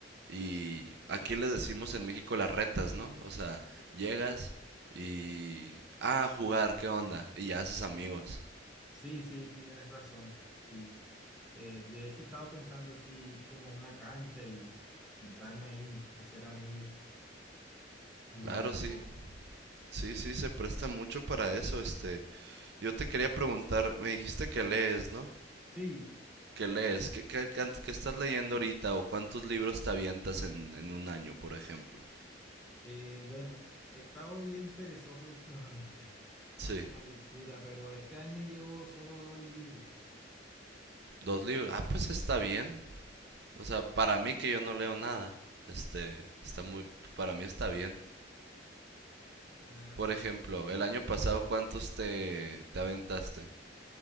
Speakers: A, on the right (about 60°); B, in the centre.
A: y aquí
B: y pues-
A: les decimos en México las retas, ¿no? O sea, llegas y... Ah, a jugar, ¿qué onda? Y ya haces amigos.
B: sí, sí, tienes razón, sí. Eh, de hecho, estaba pensando sí, ir como a una cancha y sentarme ahí, hacer amigos y jugar
A: Claro,
B: un
A: sí.
B: poco.
A: Sí, sí, se presta mucho para eso, este. Yo te quería preguntar, me dijiste que lees, ¿no?
B: Sí,
A: ¿Qué lees? ¿Qué, qué, qué- qué estás leyendo ahorita? ¿O cuántos libros te avientas en, en un año, por ejemplo?
B: eh, bueno, he estado bien perezoso últimamente <laughs>
A: Sí,
B: con la lectura, pero este año llevo solo dos libros.
A: dos libros. Ah, pues está bien. O sea, para mí que yo no leo nada, este, está muy, para mí está bien.
B: Nada,
A: Por
B: sí,
A: ejemplo,
B: pe-
A: el año pasado, ¿cuántos te, te aventaste?